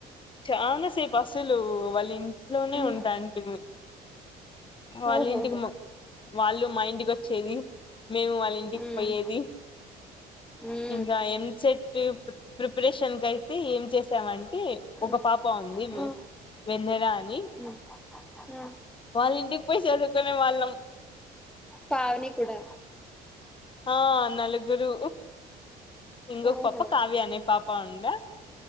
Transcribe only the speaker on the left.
చాన సేపు అసలు వాళ్ళ ఇంట్లోనే
వుంటన్టి వాళ్ళ
ఇంటికి వాళ్ళు మా ఇంటికి వచ్చేది మేము వాళ్ళ ఇంటికి
పోయేది
ఇంకా ఎంసెట్ ప్రిపరేషన్ కి అయితే ఏం చేసామంటే ఒక
పాప ఉంది
వెన్నెల అని
వాళ్ళ ఇంటికి పోయి చదువుకునే వాళ్ళం
ఆ నలుగురు ఎంగో
పాప కావ్య అనే పాప ఉండే